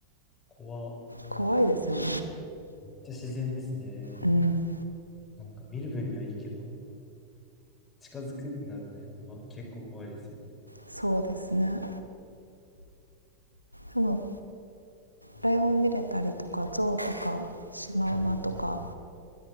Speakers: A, on the left; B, on the left.
A: 怖。
B: 怖いですよね
A: めっちゃ自然ですね。
B: うん
A: なんか見る分にはいいけど、近づくってなるとね、まあ、結構怖いですよね。
B: そうですねでも
A: いいな。
B: ライオン見れたりとかゾウとかシマウマとか
A: うん。